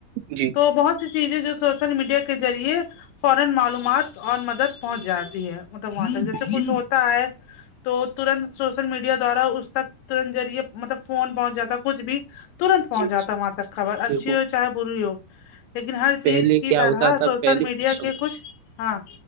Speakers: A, on the right; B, on the left.
A: جی
B: تو بہت سی چیزیں جو سوشل میڈیا کے ذریعے فورا معلومات اور مدد پہنچ جاتی ہے مطلب وہاں پہ جیسے
A: جی
B: کچھ
A: جی
B: ہوتا ہے تو ترنت سوشل میڈیا دوارا اس تک ترت ذریعے مطلب فون پہنچ جاتا کچھ بھی ترنت پہنچ
A: جی
B: جاتا ہے وہاں تک خبر
A: دیکھو
B: اچھی ہو چاہے بری ہو لیکن ہر
A: پہلے
B: چیز کی
A: کیا
B: طرح
A: ہوتا تھا
B: سوشل
A: پہلے
B: میڈیا
A: سن
B: کے کچھ ہاں